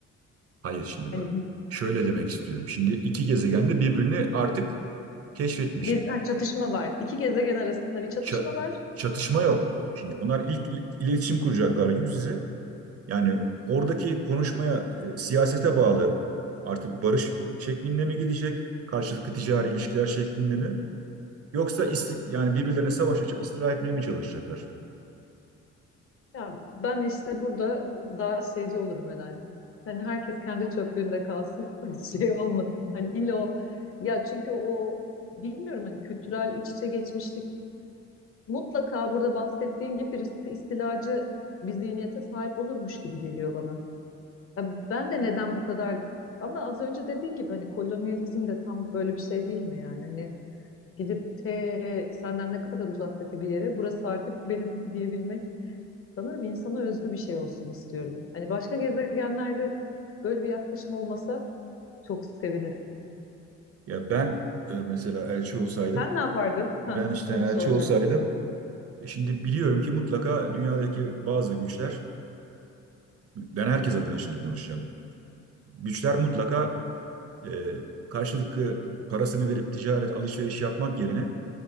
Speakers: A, on the right; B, on the left.
A: Hayır şimdi
B: Hani
A: bak.
B: bir
A: Şöyle demek istiyorum. Şimdi iki gezegen de birbirini artık keşfetmiş.
B: gez- ha, çatışma var. İki gezegen arasında bir çatışma
A: Ça-
B: var.
A: çatışma yok. Şimdi onlar ilk il- iletişim kuracaklar yüz yüze. Yani oradaki konuşmaya, e, siyasete bağlı artık barış şeklinde mi gidecek? Karşılıklı ticari ilişkiler şeklinde mi? Yoksa isti- yani birbirlerine savaş açıp istila etmeye mi çalışacaklar?
B: Ya ben işte burada daha şeyci olurum herhalde. Hani herkes kendi çöplüğünde kalsın, <laughs> şey olmasın. Hani illa o ya çünkü o bilmiyorum hani kültürel iç içe geçmişlik mutlaka burada bahsettiğin gibi birisi istilacı bir zihniyete sahip olurmuş gibi geliyor bana. Ya ben de neden bu kadar ama az önce dediğin gibi hani kolonyalizm de tam böyle bir şey değil mi yani? Hani gidip te senden ne kadar uzaktaki bir yere burası artık benim diyebilmek Sanırım insana özgü bir şey olsun istiyorum. Hani başka gezegenlerde böyle bir yaklaşım olmasa çok sevinirim.
A: Ya ben e, mesela elçi olsaydım,
B: Sen ne yapardın? Ha,
A: ben işte
B: onu
A: elçi
B: soracaktım.
A: olsaydım e, Şimdi biliyorum ki mutlaka dünyadaki bazı güçler ben herkes adına şimdi konuşacağım. Güçler mutlaka e, karşılıklı parasını verip ticaret alışveriş yapmak yerine